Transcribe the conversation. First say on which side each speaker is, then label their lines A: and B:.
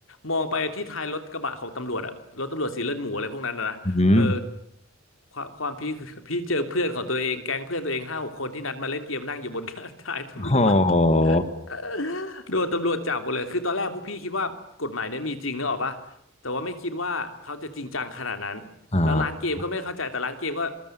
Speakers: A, on the left; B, on the left.
A: มองไปที่ท้ายรถกระบะของตำรวจอะรถตำรวจสีเลือดหมูอะไรพวกนั้นนะ
B: อืม
A: เออความความพี่ <laughs> คือ <laughs> พี่เจอเพื่อนของตัวเองแก๊งเพื่อนตัวเองห้าหกคนที่นัดมาเล่นเกมนั่งอยู่บน <laughs> ท้ายตำรวจ
B: โห
A: <laughs> โดนตำรวจจับหมดเลยคือตอนแรกพวกพี่คิดว่ากฎหมายเนี่ยมีจริงนึกออกปะแต่ว่าไม่คิดว่าเขาจะจริงจังขนาดนั้นแล้วร้านเกมก็ไม่เข้าใจแต่ร้านเกมก็
B: อ่า